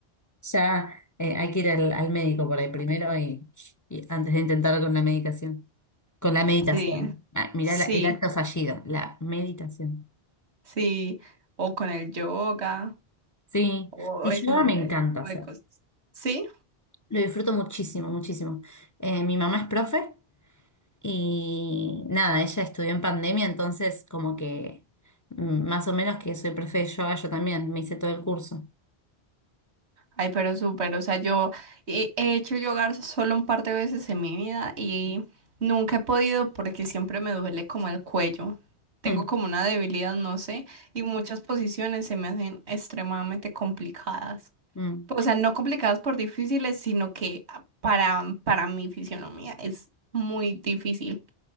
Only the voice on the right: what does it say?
Sí,
sí,
sí. O con el yoga,
o
ese,
ese tipo
de cosas. ¿Sí?
Ay, pero súper, o sea, yo he he hecho yoga solo un par de veces en mi vida y nunca he podido porque siempre me duele como el cuello. Tengo
como una debilidad, no sé, y muchas posiciones se me hacen extremadamente complicadas.
O sea, no complicadas por difíciles, sino que para, para mi fisionomía es muy difícil.